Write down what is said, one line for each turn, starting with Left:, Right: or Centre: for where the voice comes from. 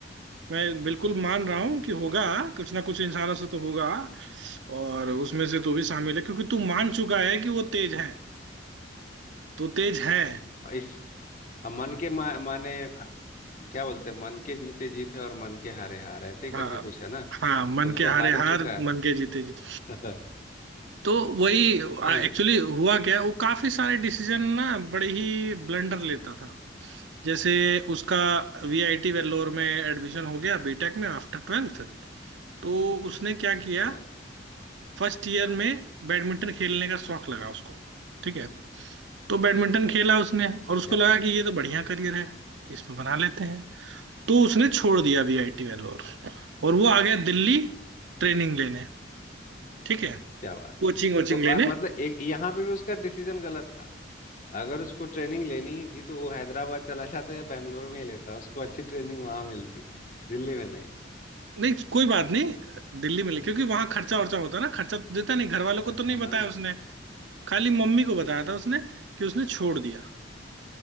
Right: मैं बिल्कुल मान रहा हूँ कि होगा कुछ ना कुछ इंसानों से तो होगा और उसमें से तू भी शामिल है क्योंकि तू मान चुका है कि वो तेज है तो तेज है
Left: इस मन के मा, माने क्या बोलते हैं मन के जीते जीत है और मन के हारे हार ऐसे ही करके
Right: हाँ
Left: कुछ है ना
Right: हाँ मन
Left: तो वो तो
Right: के हारे
Left: हार
Right: हार
Left: ही चुका है
Right: मन के जीते जीत
Left: <laughs>
Right: तो वही
Left: सही है
Right: एक्चुअली हुआ क्या वो काफी सारे डिसीजन ना बड़े ही ब्लंडर लेता था जैसे उसका वीआईटी वेल्लोर में एडमिशन हो गया बीटेक में आफ्टर ट्वेल्थ तो उसने क्या किया
Left: अच्छा
Right: फर्स्ट ईयर में बैडमिंटन खेलने का शौक लगा उसको ठीक है तो बैडमिंटन खेला उसने और
Left: ठीक
Right: उसको
Left: है
Right: लगा कि ये तो बढ़िया करियर है इसमें बना लेते हैं तो उसने छोड़ दिया वीआईटी वेल्लोर और वो आ गया दिल्ली ट्रेनिंग लेने ठीक है
Left: क्या बात
Right: कोचिंग वोचिंग
Left: तो अ,
Right: लेने
Left: मतलब एक यहाँ पे भी उसका डिसीजन गलत था अगर उसको ट्रेनिंग लेनी ही थी तो वो हैदराबाद चला जाता या बेंगलोर में ही लेता उसको अच्छी ट्रेनिंग वहां मिलती दिल्ली में नहीं
Right: नहीं कोई बात नहीं दिल्ली में ले क्योंकि वहां खर्चा वर्चा होता है ना खर्चा तो देता नहीं घर वालों को
Left: अच्छा
Right: तो नहीं बताया
Left: हाँ
Right: उसने खाली मम्मी को बताया था उसने कि उसने छोड़ दिया